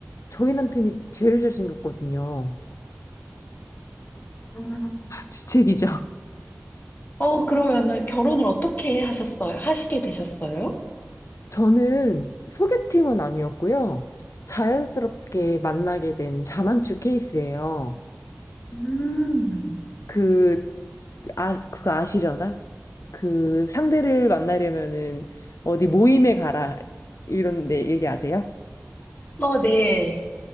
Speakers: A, on the left; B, on the left.
A: 저희 남편이 제일 잘생겼거든요.
B: 아,
A: <laughs> 주책이죠.
B: 어, 그러면은 결혼을 어떻게 하셨어요? 하시게 되셨어요?
A: 저는 소개팅은 아니었고요. 자연스럽게 만나게 된 자만추 케이스예요.
B: 음.
A: 그, 아, 그거 아시려나? 그 상대를 만나려면은 어디 모임에 가라. 이런데 얘기 아세요?
B: 어, 네.